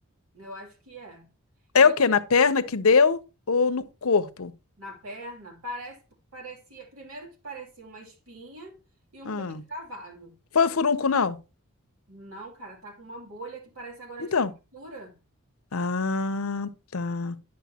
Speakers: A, on the right; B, on the left.
A: Eu acho que é.
B: É
A: E
B: o quê? Na perna que deu ou no corpo?
A: na perna, parece, parecia, primeiro que parecia uma espinha e um
B: Ah,
A: pelo encravado.
B: foi o furúnculo, não?
A: Não, cara, tá com uma bolha que parece agora
B: Então.
A: de queimadura.
B: Ah, tá.